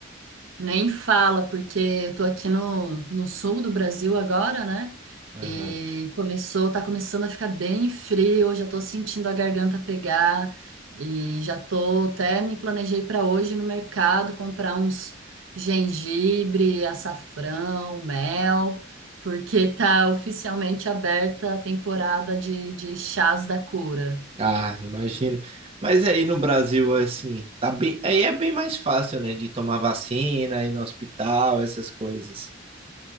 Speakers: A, on the right (about 75°); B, on the right (about 30°).
A: nem fala, porque eu tô aqui no, no sul do Brasil agora, né?
B: Aham.
A: E começou, tá começando a ficar bem frio, eu já tô sentindo a garganta pegar e já tô até me planejei pra hoje ir no mercado comprar uns gengibre, açafrão, mel, porque tá oficialmente aberta a temporada de, de chás da cura.
B: Ah, imagino. Mas aí no Brasil, assim, tá bem, aí é bem mais fácil, né, de tomar vacina, ir no hospital, essas coisas.